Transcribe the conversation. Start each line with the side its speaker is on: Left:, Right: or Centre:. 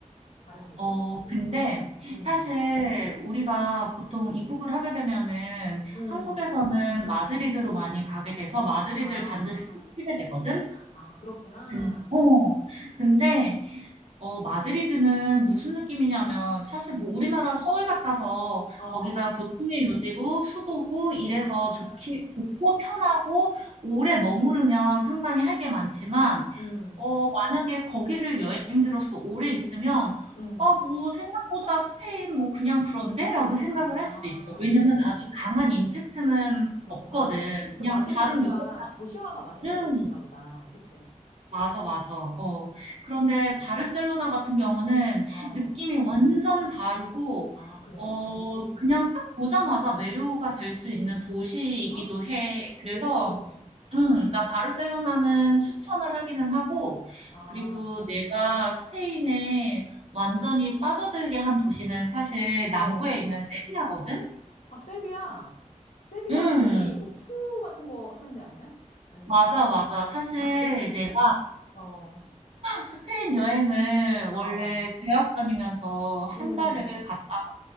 Left: 다른 도시?
Right: 어, 근데
Left: 음.
Right: 사실 우리가 보통 입국을 하게 되면은
Left: 음.
Right: 한국에서는 마드리드로 많이 가게 돼서 마드리드를
Left: 아.
Right: 반드시 거치게 되거든?
Left: 아, 그렇구나.
Right: 근, 어, 근데, 어, 마드리드는 무슨 느낌이냐면 사실
Left: 음.
Right: 뭐 우리나라 서울 같아서
Left: 어.
Right: 거기가 교통의 요지고 수도고 이래서
Left: 아.
Right: 좋기, 좋고 편하고 오래 머무르면 상당히 할 게 많지만
Left: 음.
Right: 어, 만약에 거기를 여행지로서 오래 있으면,
Left: 음.
Right: 아, 뭐, 생각보다 스페인 뭐 그냥 그런데? 라고 생각을
Left: 아,
Right: 할 수도 있어. 왜냐면 아주 강한 임팩트는
Left: 그렇구나.
Right: 없거든.
Left: 좀
Right: 그냥
Left: 마드리드가
Right: 다른 유럽이랑,
Left: 도시화가 많이 된 곳인가
Right: 음,
Left: 보다. 그치?
Right: 맞아, 맞아. 어. 그런데 바르셀로나 같은 경우는
Left: 어.
Right: 느낌이 완전 다르고,
Left: 아, 그래?
Right: 어,
Left: 오.
Right: 그냥 딱 보자마자 매료가 될 수 있는 도시이기도
Left: 아,
Right: 해. 그래서,
Left: 오.
Right: 음, 나 바르셀로나는 추천을 하기는 하고,
Left: 아,
Right: 그리고 내가 스페인에 완전히 빠져들게 한 도시는 사실 남부에
Left: 어.
Right: 있는 세비야거든?
Left: 아, 세비야. 세비야,
Right: 음,
Left: 거기 뭐, 투 같은 거 하는 데 아니야? 아닌가?
Right: 맞아, 맞아. 사실
Left: 아, 그래?
Right: 내가
Left: <laughs> 어,
Right: 스페인 여행을
Left: 어,
Right: 원래 대학 다니면서 한
Left: 음,
Right: 달을 갔다가